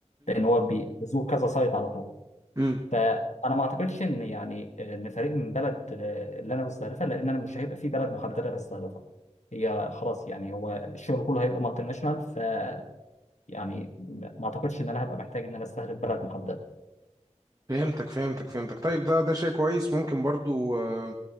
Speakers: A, on the left (about 70°); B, on the right (about 30°).
A: لان هو بيزور كذا سايت على طول
B: امم
A: فانا ما اعتقدش ان يعني ان فريق من بلد آه، اللي انا بستهدفها لان انا مش هيبقى في بلد محدده بستهدفها هي خلاص يعني هو الشغل كله هيبقى مالتي ناشونال ف يعني ما اعتقدش ان انا هبقى محتاج ان انا استهدف بلد محدده
B: فهمتك فهمتك فهمتك طيب ده ده شيء كويس ممكن برضو آه،